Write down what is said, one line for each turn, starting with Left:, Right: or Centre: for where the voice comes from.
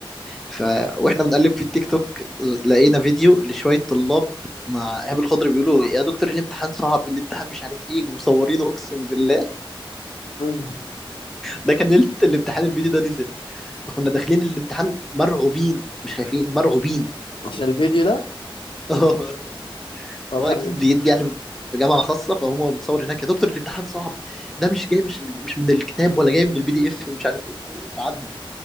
Centre: ف واحنا بنقلب في التيك توك لقينا فيديو لشويه طلاب مع ايهاب الخضر بيقولوا يا دكتور الامتحان صعب الامتحان مش عارف ايه ومصورينه اقسم بالله
Left: م-
Centre: ده كان ليله الامتحان الفيديو ده نزل فكنا داخلين الامتحان مرعوبين مش خايفين
Left: م.
Centre: مرعوبين
Left: عشان الفيديو ده
Centre: <laughs>
Left: هو
Centre: هو
Left: كان
Centre: اكيد بيدي يعني في جامعه خاصه فهو متصور هناك يا دكتور الامتحان صعب ده مش جاي مش مش من الكتاب ولا جاي من البي دي اف ومش عارف ايه اتعدى